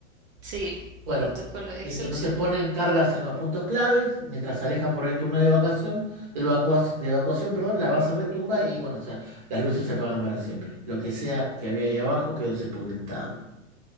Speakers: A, on the right; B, on the right.
A: Sí,
B: Bueno,
A: protocolo de
B: listo,
A: extorsión.
B: entonces ponen cargas en los puntos claves, mientras se alejan por el turno de evacuación, de evacua- de evacuación, perdón, la base retumba y bueno, o sea, las luces se apagan para siempre. Lo que sea que había ahí abajo quedó sepultado.